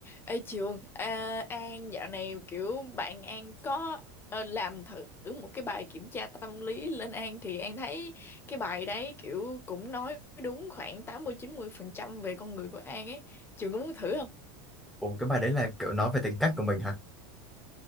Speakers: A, on the left; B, in the centre.
A: Ê Trường, à, An dạo này kiểu bạn An có ờ, làm thử một cái bài kiểm tra tâm lý lên An thì An thấy cái bài đấy kiểu cũng nói đúng khoảng tám mươi mươi chín phần trăm về con người của An ấy. Trường có muốn thử không?
B: Ồ, cái bài đấy là kiểu nói về tính cách của mình hả?